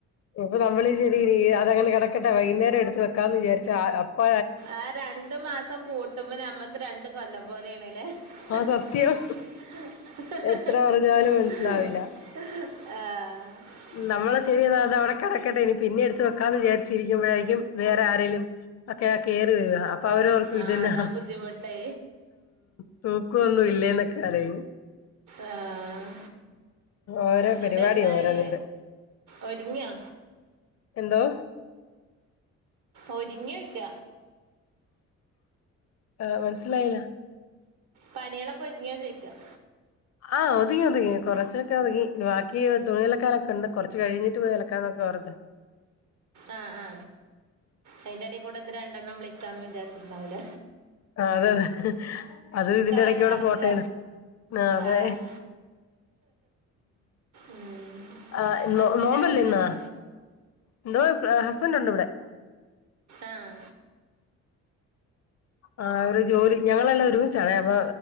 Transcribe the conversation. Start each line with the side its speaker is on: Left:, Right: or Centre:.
Left: ഇപ്പൊ, നമ്മള്, ചെ, <unintelligible> അതങ്ങനെ, കെടക്കട്ടെ, വൈകുന്നേരം, എടുത്ത് വെക്കാചാരിച്ച, അപ്പൊ
Right: ആ രണ്ടു മാസം പൂട്ടുമ്പ നമ്മക്ക് രണ്ട് കൊല്ലം പോലെണലെ <unintelligible>
Left: ആഹ് സത്യം എത്ര പറഞ്ഞാലും
Right: ആഹ്
Left: മനസ്സിലാവില്ല നമ്മളെ ശരി എന്നാ അത് അവിടെ കിടക്കട്ടെ ഇനി പിന്നെ എടുത്ത് വെക്കാന്ന് വിചാരിച്ചിരിക്കുമ്പോഴായിരിക്കും വേറെ ആരെേങ്കിലും ഒക്കെ കയറി വരുക അപ്പൊ അവരവർക്കും ഇതന്നെ
Right: ആഹ് അതാ ബുദ്ധിമുട്ടേ
Left: ഉ തൂക്കൊന്നും ഇല്ലേന്നൊ കാലേ
Right: ആഹ്
Left: ഓരോ
Right: എന്നിട്ട്
Left: പരിപാടി
Right: എന്തായി
Left: ഓരോ നേരം
Right: ഒരിങ്ങിയാ
Left: എന്തോ
Right: ഒരിങ്ങ വക്ക
Left: ആ മനസിലായില്ല
Right: പനികളൊക്കെ ഒരുങ്ങിയ ചിക്കാം
Left: ആഹ് ഒതുങ്ങി ഒതുങ്ങി കൊറച്ചൊക്കെ ഒതുുകങ്ങി ബാക്കി തുണിലക്കാനൊക്കെ ഉണ്ട് കൊറച്ച് കഴിഞ്ഞിട്ട് പോയ ാന്നൊക്കെ വറത
Right: ആഹ് ആ അയിന്റെ അടി കൂടെ ഇത് രണ്ടെണ്ണം വിളിക്കാന്ന് വിത്യാസിട്ടുണ്ടാവല
Left: ആ അതെ അതെ അത ഇതിറെ
Right: വേണ്ട
Left: ഇടക്കോടെ
Right: നടക്കുക
Left: ഫോട്ടോയാണ് ആ അതെ
Right: ആഹ് ഉം
Left: ആോ
Right: ഹസ്ബൻഡ്
Left: നോമ്പല്ലന്ന
Right: അവിടെ ഇവിടെ ഉണ്ടോ
Left: എന്തോ ഹസ്ബൻറ് ഉണ്ട് ഇവിടെ
Right: ആഹ്
Left: ആ അവര് ജോലി ഞങ്ങളെല്ലാം ഒരുമിച്ചടേ അപ്പൊ